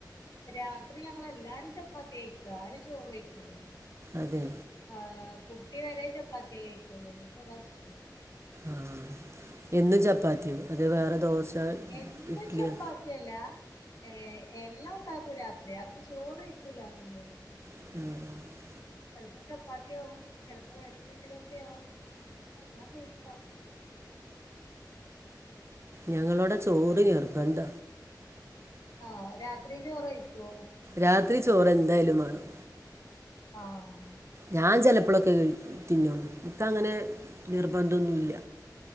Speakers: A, on the left; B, on the right.
A: രാത്രി ഞങ്ങളെല്ലാരും ചപ്പാത്തിയ കയ്ക്കുവാ ആരും ചോറ് കയിക്കൂല
B: അതെ
A: ആഹ് കുട്ടി വരെ ചപ്പാത്തിയെ കഴിക്കോള്ളൂ അവൾക്കതാ ഇഷ്ടം
B: ആഹ് എന്നും ചപ്പാത്തിയും അത് വേറെ ദോശ
A: എന്നും
B: ഇഡ്ഡലിയോ
A: ചപ്പാത്തിയല്ല ഏഹ് എല്ലാം ആക്കും രാത്രി അത്ര ചോറ് ആക്കൂലന്നുള്ളൂ
B: <inaudible>
A: ചിലപ്പോ ചപ്പാത്തിയാവും ചിലപ്പോ വേറെ എന്തെങ്കിലുമൊക്കെ ആകും അങ്ങനെ അങ്ങനെ എല്ലാം വെയിണ്ടകും
B: ഞങ്ങളിവിടെ ചോറ് നിർബന്ധ
A: ആഹ് രാത്രീം ചോറ് കയിക്കുവോ
B: രാത്രി ചോറ് എന്തായാലും വേണം
A: ആഹ്
B: ഞാൻ ചിലപ്പോഴൊക്കെ കഴിക്കു തിന്നോള്ളു നിക്ക് അങ്ങനെ
A: ആഹ്
B: നിർബന്ധമൊന്നുമില്ല